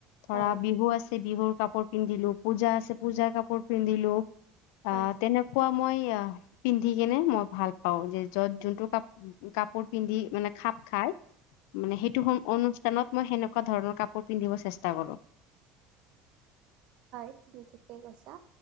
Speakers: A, on the left; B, on the right.
A: ধৰা,
B: হয়
A: বিহু আছে বিহুৰ কাপোৰ পিন্ধিলোঁ, পূজা আছে পূজাৰ কাপোৰ পিন্ধিলোঁ। আ,
B: হয়
A: তেনেকুৱা মই আহ পিন্ধি কেনে মই ভাল পাওঁ যে য'ত যোনটো কাপ কাপোৰ পিন্ধি মানে খাপ খাই মানে সেইটো সম অনুষ্ঠানত মই সেনেকুৱা ধৰণৰ কাপোৰ পিন্ধিব চেষ্টা কৰোঁ।
B: হয়, তুমি ঠিকেই কৈছা।